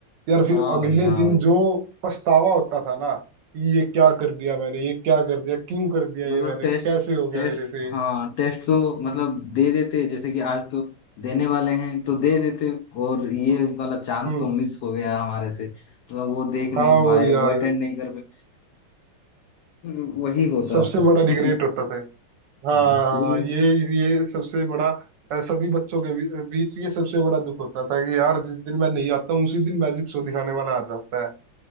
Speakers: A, on the right (about 70°); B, on the left (about 85°).
A: यार फिर
B: हाँ
A: अगले
B: भाई हाँ
A: दिन
B: भाई
A: जो पछतावा होता था ना कि ये क्या कर दिया मैंने ये क्या कर दिया क्यों कर दिया
B: मतलब
A: ये मैंने
B: टेस्ट
A: कैसे हो गया
B: टेस्ट
A: मेरे से
B: हाँ टेस्ट तो मतलब दे देते जैसे कि आज तो देने वाले हैं तो दे देते और ये
A: हम्म
B: वाला चांस
A: हम्म
B: तो मिस हो गया हमारे से मतलब वो देख नहीं
A: हाँ
B: पाए
A: और यार
B: वो अटेंड नहीं कर पाए फिर वही होता
A: सबसे
B: था
A: बड़ा रिग्रेट
B: <laughs>
A: होता था हाँ
B: हाँ स्कूल में
A: ये ये सबसे बड़ा अ, सभी बच्चों के बी- बीच ये सबसे बड़ा दुख होता था कि यार जिस दिन मैं नहीं आता हूँ उसी दिन मैजिक शो दिखाने वाला आ जाता है